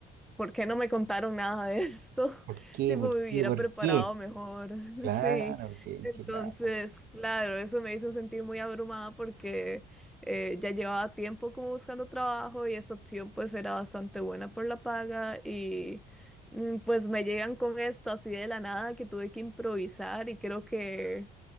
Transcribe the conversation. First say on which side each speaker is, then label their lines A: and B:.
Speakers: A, in the centre; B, on the right.
A: ¿Por qué no me contaron nada de esto?
B: ¿Por
A: <laughs>
B: qué?
A: Tipo,
B: ¿Por
A: me
B: qué?
A: hubiera
B: Claro,
A: preparado
B: ¿Por qué?
A: mejor. <laughs>
B: Claro,
A: Sí.
B: que,
A: Entonces,
B: que claro.
A: claro, eso me hizo sentir muy abrumada porque eh, ya llevaba tiempo como buscando trabajo y esta opción pues era bastante buena por la paga y mm, pues me llegan con esto así de la nada que tuve que improvisar y creo que